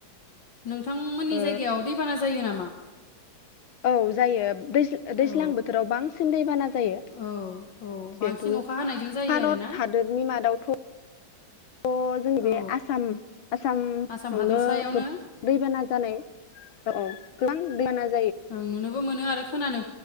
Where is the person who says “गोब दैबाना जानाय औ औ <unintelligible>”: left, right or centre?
Left